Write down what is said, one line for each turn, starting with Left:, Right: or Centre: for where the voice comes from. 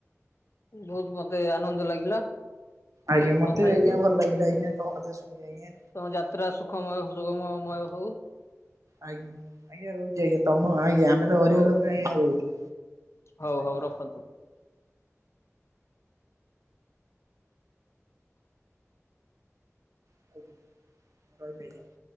Left: ବହୁତ୍ ମତେ ଆନନ୍ଦ ଲାଗିଲା।
Right: ଆଜ୍ଞା ମତେ
Left: କଥା
Right: ବି
Left: ହେଇକି।
Right: ଆଜ୍ଞା ଭଲ ଲାଗିଲା ଆଜ୍ଞା ତମ କଥା ଶୁଣି ଆଜ୍ଞା।
Left: ତମ ଯାତ୍ରା ସୁଖମୟ ସୁଗମମୟ ହଉ।
Right: ଆଗ୍ ଆଜ୍ଞା ରହୁଛି ଆଜ୍ଞା ତମ ଆଜ୍ଞା ଆମେ ତ ଗରିବ
Left: ହଉ
Right: ଲୋକ ଆଜ୍ଞା ରହୁଛୁ।
Left: ହଉ
Right: ଆଜ୍ଞା
Left: ହଉ ରଖନ୍ତୁ।
Right: <unintelligible>